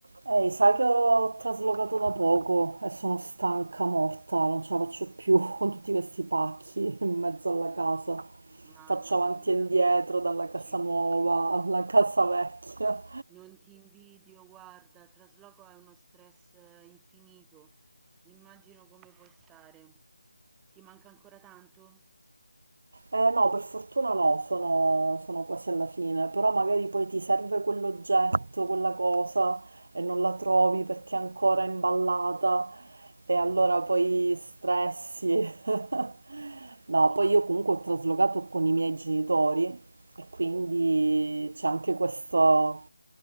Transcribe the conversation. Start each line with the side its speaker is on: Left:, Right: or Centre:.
Right: Ehi, sai che ho traslocato da poco e sono stanca morta, non ce la faccio più <laughs> con tutti questi pacchi in mezzo alla casa.
Centre: Mamma
Right: Faccio avanti
Centre: mia,
Right: e indietro dalla casa
Centre: ci
Right: nuova
Centre: credo.
Right: alla casa vecchia.
Centre: Non ti invidio, guarda, il trasloco è uno stress eh, infinito. Immagino come puoi stare. Ti manca ancora tanto?
Right: Eh, no, per fortuna no, sono, sono quasi alla fine, però magari poi ti serve quell'oggetto, quella cosa e non la trovi perché è ancora imballata e allora poi stressi. <laughs>
Centre: Sì,
Right: No, poi io comunque ho traslocato con i miei genitori e quindi c'è anche questo,